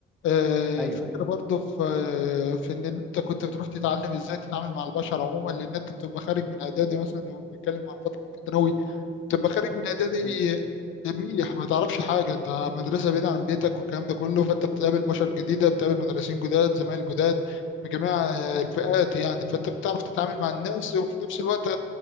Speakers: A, on the left; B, in the centre.
A: آه،
B: ايوه
A: فكرة
B: ايوه
A: برضه في في إن أنت كنت بتروح تتعلم إزاي تتعامل مع البشر عموما لأن أنت بتبقى خارج من إعدادي مثلا لو بنتكلم على فترة الثانوي تبقى خارج من اعدادي
B: مم.
A: منيح ما تعرفش حاجه انت مدرسه بعيده عن بيتك والكلام ده كله فانت بتقابل بشر جديده بتقابل مدرسين جداد زمايل جداد من جميع الفئات يعني فانت بتعرف تتعامل مع الناس وفي نفس الوقت